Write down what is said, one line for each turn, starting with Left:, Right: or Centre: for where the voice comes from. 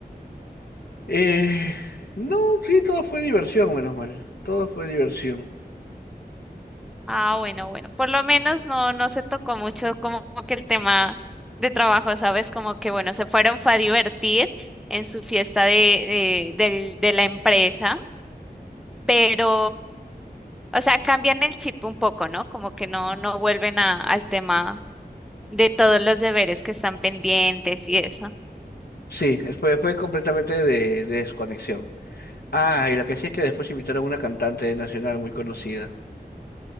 Left: Eh, no, sí, todo fue diversión, menos mal, todo fue diversión.
Centre: Ah, bueno, bueno. Por lo menos no, no se tocó mucho como que el tema de trabajo, ¿sabes? Como que bueno, se fueron fue a divertir en su fiesta de, de, del- de la empresa, pero, o sea, cambian el chip un poco, ¿no? Como que no, no vuelven a, al tema de todos los deberes que están pendientes y eso.
Left: Sí, fue, fue completamente de, de desconexión. Ah, y lo que sí es que después invitaron a una cantante nacional muy conocida.